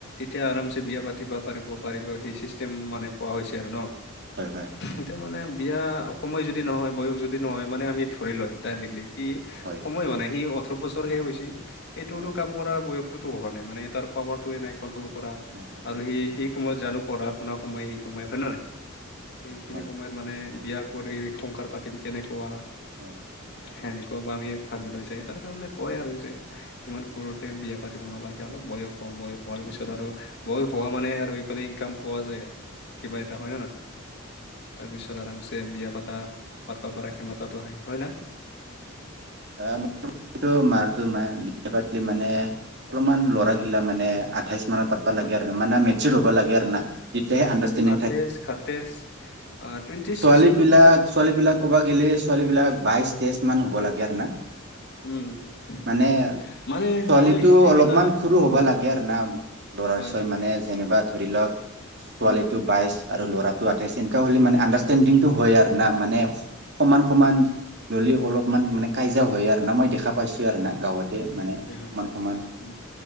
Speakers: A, on the left; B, on the right.
A: এতিয়া আৰামছে বিয়া পাতিব পাৰিব পাৰিব সেই চিষ্টেম মানে কোৱা হৈছে আৰু ন।
B: হয় হয়।
A: এতিয়া মানে বিয়া সময় যদি নহয় বয়স যদি নহয় মানে আমি ধৰি লয় ডাইৰেক্টলি। কি
B: হয়
A: সময় মানে সি ওঠৰ বছৰহে হৈছে এইটোতো
B: হয়
A: কাম। বয়সতো হোৱা নাই মানে তাৰ পাৱাৰে নাই কন্ট্ৰল কৰা
B: নাই নাই
A: আৰু স শ সময়ত জানো পঢ়া শুনা সময় সেই সময়ত হয় নে নহ নাই সেইখিনি
B: হয়
A: সময়ত মানে বিয়া কৰি। শংস পাতিম কেনেকুৱা।
B: হয়।
A: সেনেকা বা আমি ভাবি লৈ যায় তাৰ কাৰণে কয় আৰু যে। ইমান সৰুতে বিয়া পাতিব নালাগে অলপ বয়স হ বয়স হোৱাৰ
B: উম
A: পিছত
B: উম
A: আৰু বয়ো হোৱা মানে আৰু এইফালে ইনকাম পোৱা যায়, কিবা এটা হয় নে নহয়। তাৰ পিছত আৰামছে বিয়া পাতা, পাতব পৰা ক্ষমাতাটো হয়। হয় ন।
B: অ মোৰটো মাৰতো নাই বিয়া পাতি মানে। অলপমান
A: হয়
B: ল'ৰা
A: হয়
B: ঘিলা মানে আঠাইছ মানত পাতবা লাগে
A: হয়
B: আৰু ন মানে মেচ হ'ব লাগে আৰু না যেতিয়া আডাৰেণ্ডিং।
A: আঠচ শাতেশ টুৱেন্টি
B: ছোৱালী
A: চিক্টো,
B: বিলাক ছোৱালী বিলাক ক'বাত গ'লে ছোৱালী বিলাক বাইশ তেইশ মান হ'ব লাগে আৰু না।
A: উম,
B: মানে
A: হয় হয় মানে
B: ছোৱালীটো
A: মই এইগিলা
B: অলপমান সৰু হ'বা লাগে আৰু না। ল'ৰা
A: হয়
B: ছোৱালী
A: হয়
B: মানে
A: হয়
B: যেনিবা ধৰি লওঁক, ছোৱালীটো
A: উম উম হুম,
B: বাইচ আৰু ল'ৰাটো আঠাইছ এনেকুৱা হ'লে মানে আণ্ডাৰষ্টেণ্ডিংটো হয় আৰু না মানে সমান- সমান ল'লি অলপমান মানে কাজয়া হয় আৰু না মই দেখা পাইছো আৰু না গাঁৱত। তে মানে
A: হয় হয়
B: সমান- সমান
A: উম